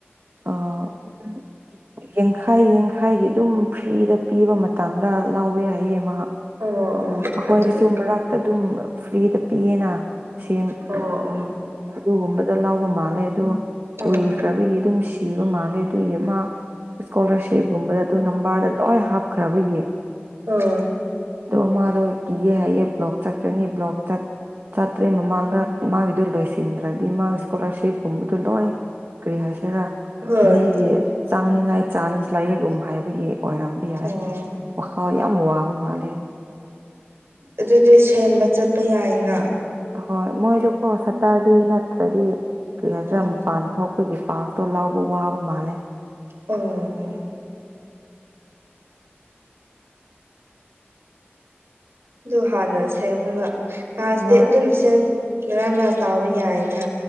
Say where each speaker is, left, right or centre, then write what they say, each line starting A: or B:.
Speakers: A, on the right; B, on the right.
A: ꯑ ꯌꯥꯡꯈꯥꯏ ꯌꯥꯡꯈꯥꯏꯒꯤ ꯑꯗꯨꯝ ꯐ꯭ꯔꯤꯗ ꯄꯤꯕ ꯃꯇꯝꯗ ꯂꯥꯎꯋꯦ ꯍꯥꯏꯌꯦ ꯃꯥ꯫
B: ꯑꯣ ꯑꯣ
A: ꯑꯩꯈꯣꯏꯗꯤ
B: ꯑꯗꯨ
A: ꯁꯨꯝꯕ ꯉꯥꯛꯇ ꯑꯗꯨꯝ ꯐ꯭ꯔꯤꯗ ꯄꯤꯌꯦꯅ ꯁꯦꯝ
B: ꯑꯣ ꯑꯣ꯫
A: ꯑꯗꯨꯒꯨꯝꯕꯗ ꯂꯥꯎꯕ ꯃꯥꯜꯂꯦ ꯑꯗꯨ ꯀꯨꯏꯈ꯭ꯔꯕꯒꯤ
B: ꯑꯣ
A: ꯑꯗꯨꯝ ꯁꯤꯕ ꯃꯥꯜꯂꯦ꯫ ꯑꯗꯨꯒꯤ ꯃꯥ ꯏꯁꯀꯣꯂꯔꯁꯤꯞꯒꯨꯝꯕꯗ ꯑꯗꯨ ꯅꯝꯕꯔꯗ ꯂꯣꯏ ꯍꯥꯞꯈ꯭ꯔꯕꯒꯤ꯫
B: ꯑꯣ
A: ꯑꯗꯣ ꯃꯥꯗꯣ ꯀꯤꯌꯦ ꯍꯥꯏꯌꯦ ꯕ꯭ꯂꯣꯛ ꯆꯠꯀꯅꯤ ꯕ꯭ꯂꯣꯛ ꯆꯠ ꯆꯥꯇ꯭ꯔꯦ ꯃꯃꯥꯡꯗ ꯃꯥꯒꯤꯗꯨ ꯂꯣꯏꯁꯤ ꯊꯤꯟꯗ꯭ꯔꯗꯤ ꯃꯥꯒꯤ ꯏꯁꯀꯣꯂꯥꯔꯁꯤꯞ ꯀꯨꯝꯕꯗꯣ ꯂꯣꯏ ꯀꯔꯤ ꯍꯥꯏꯁꯤꯔꯥ
B: ꯍꯣꯏ
A: ꯃꯤꯒꯤ ꯆꯥꯡꯅꯤꯉꯥꯏ ꯆꯥꯟꯁ ꯂꯩꯌꯦꯒꯨꯝ ꯍꯥꯏꯕꯒꯤ ꯑꯣꯏꯔꯝꯕ ꯌꯥꯏ꯫
B: ꯑꯣ
A: ꯋꯥꯈꯜ ꯌꯥꯝ ꯋꯥꯕ ꯃꯥꯜꯂꯦ꯫
B: ꯑꯗꯨꯗꯤ ꯁꯦꯝꯕ ꯆꯠꯄ ꯌꯥꯏꯌꯦꯅ꯫
A: ꯍꯣꯏ ꯃꯣꯏꯗꯨꯀꯣ ꯁꯇꯔꯗꯦ ꯅꯠꯇ꯭ꯔꯗꯤ ꯀꯔꯤ ꯍꯥꯏꯁꯤꯔ
B: ꯎꯝ
A: ꯃꯄꯥꯟ ꯊꯣꯛ ꯑꯩꯈꯣꯏꯒꯤ ꯄꯥꯁꯇꯣ ꯂꯥꯎꯕ ꯋꯥꯕ ꯃꯥꯜꯂꯦ꯫
B: ꯑꯣ ꯑꯣ꯫ ꯑꯗꯨ ꯍꯥꯟꯅ ꯁꯦꯝꯔꯒ꯫ ꯇꯥꯏꯂꯁꯇꯤ
A: ꯍꯣꯏ
B: ꯑꯗꯨꯝ ꯏꯁꯦꯟ ꯃꯔꯥꯛꯃ ꯇꯧꯕ ꯌꯥꯏꯅ